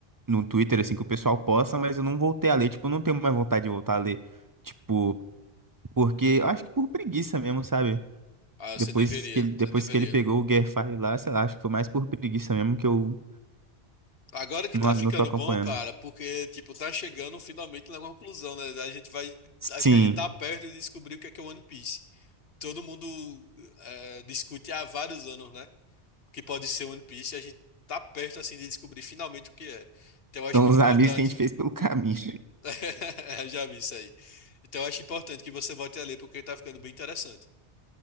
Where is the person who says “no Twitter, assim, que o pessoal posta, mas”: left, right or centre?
Right